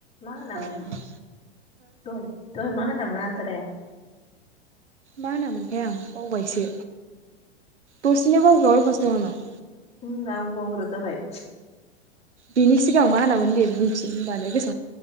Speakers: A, on the left; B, on the right.
A: मा होनामोन
B: हो
A: नों दहाय मा होनामोन आन्दारे?
B: मा होनामोनथाय आं बावबायसो दसेनो बावग्रा अयफास दं आंनाव।
A: उम आंबो बावग्रा जाबाय।
B: बिनि सिगां मा होनामोन दे बुंफिन होनबानो गोसो